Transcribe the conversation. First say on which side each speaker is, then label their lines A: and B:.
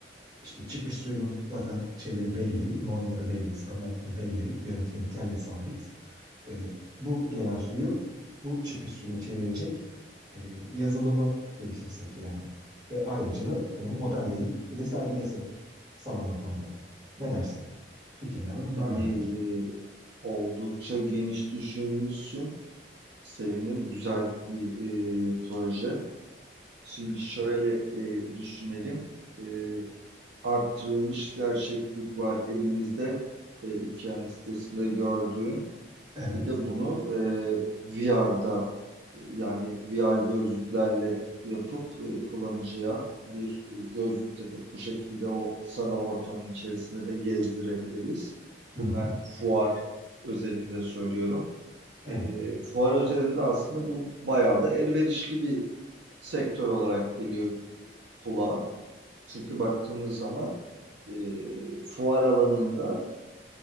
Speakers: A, on the right; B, on the right.
A: işte çıkış suyunun zaten şeyleri belli, normları belli, standartları belli, yönetmeliklerle sabit. Ee, bu gelen suyu bu çıkış suyuna çevirecek e, yazılımı geliştirsek yani. Ve ayrıca da bunu modelleyip bir de sergilesek sanal ortamda. Ne dersin? Fikirler bunlar
B: Yani
A: bendeki.
B: e, oldukça geniş düşünmüşsün. Sevindim. Güzel bir e, proje. Şimdi şöyle e, düşünelim. E, arttırılmış gerçeklik var elimizde. E, iki sitesinde gördüğün.
A: Evet.
B: Bir de bunu VR'da yani VR gözlüklerle yapıp e, kullanıcıya bir e, gözlük takıp bu şekilde o sanal ortamın içerisinde de gezdirebiliriz.
A: Hı
B: Bunlar
A: hı.
B: fuar özelinde söylüyorum.
A: Evet.
B: E, fuar özelinde aslında bu bayağı da elverişli bir sektör olarak geliyor kulağa. Çünkü baktığımız zaman e, fuar alanında